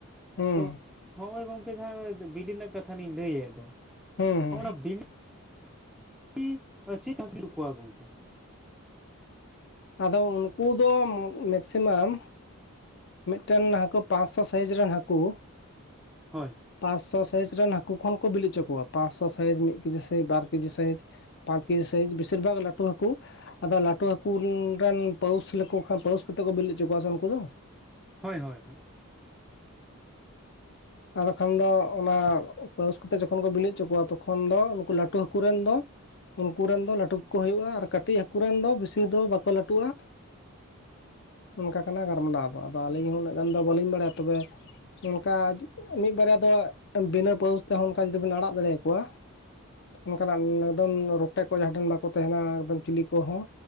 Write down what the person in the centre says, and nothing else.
ᱛᱚ ᱦᱚᱸᱜᱼᱚᱭ ᱜᱚᱝᱠᱮ ᱡᱟᱦᱟᱸ ᱵᱤᱞᱤ ᱨᱮᱱᱟᱜ ᱠᱟᱛᱷᱟ ᱞᱤᱧ ᱞᱟᱹᱭᱮᱫ ᱫᱚ
ᱦᱚᱸ ᱚᱱᱟ ᱵᱤᱞᱤ <unintelligible> ᱪᱤᱫ <unintelligible> ᱠᱚᱣᱟ ᱜᱚᱝᱠᱮ
ᱦᱳᱭ
ᱦᱳᱭ ᱦᱳᱭ ᱦᱳᱭ